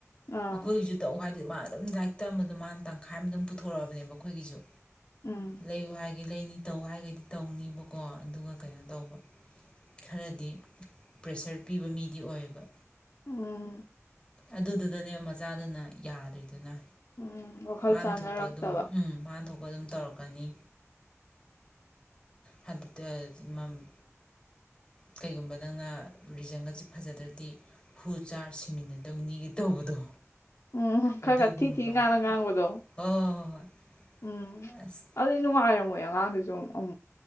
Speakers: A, on the left; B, on the left.
A: ꯑꯥ
B: ꯑꯩꯈꯣꯏꯒꯤꯁꯨ ꯇꯧ ꯍꯥꯏ ꯑꯃꯥ ꯑꯗꯨꯝ ꯂꯥꯏꯔꯤꯛ ꯇꯝꯕꯗꯣ ꯃꯥꯅ ꯇꯪꯈꯥꯏ ꯑꯃ ꯑꯗꯨꯝ ꯄꯨꯊꯣꯔꯛꯑꯕꯅꯦꯕ ꯑꯩꯈꯣꯏꯒꯤꯁꯨ
A: ꯎꯝ
B: ꯂꯩꯌꯨ ꯍꯥꯏ ꯒꯤ ꯂꯩꯅꯤ ꯇꯧ ꯍꯥꯏꯒꯩꯗꯤ ꯇꯧꯅꯤꯕꯀꯣ ꯑꯗꯨꯒ ꯀꯩꯅꯣ ꯇꯧꯕ ꯈꯔꯗꯤ ꯄ꯭ꯔꯦꯁꯔ ꯄꯤꯕ ꯃꯤꯗꯤ ꯑꯣꯏꯌꯦꯕ
A: ꯑꯝ
B: ꯑꯗꯨꯗꯨꯗꯅꯦ ꯃꯆꯥꯗꯨꯅ ꯌꯥꯗ꯭ꯔꯤꯗꯨꯅ
A: ꯎꯝ ꯋꯥꯈꯜ
B: ꯃꯥꯅ
A: ꯆꯥꯟꯅꯔꯛꯇꯕ
B: ꯊꯣꯛꯄ ꯑꯗꯨꯝ ꯎꯝ ꯃꯥꯅ ꯊꯣꯛꯄ ꯑꯗꯨꯝ ꯇꯧꯔꯛꯀꯅꯤ <inaudible> ꯀꯩꯒꯨꯝꯕ ꯅꯪꯅ ꯔꯤꯖꯟꯒꯁꯦ ꯐꯖꯗ꯭ꯔꯗꯤ ꯍꯨ ꯆꯥꯔ ꯁꯤꯃꯤꯟꯅꯗꯧꯅꯤꯒ ꯇꯧꯕꯗꯣ
A: ꯎꯝ ꯈꯔ ꯈꯔ
B: ꯑꯗꯨꯒꯨꯝꯕ
A: ꯊꯤ ꯊꯤ ꯉꯥꯡꯅ ꯉꯥꯡꯕꯗꯣ
B: ꯍꯣꯏ ꯍꯣꯏ ꯍꯣꯏ
A: ꯎꯝ
B: ꯍꯣꯏ ꯑꯁ
A: ꯑꯗꯨꯗꯤ ꯅꯨꯡꯉꯥꯏꯔꯝꯃꯣꯏ ꯑ ꯉꯥꯡꯗꯨꯁꯨ ꯑꯝ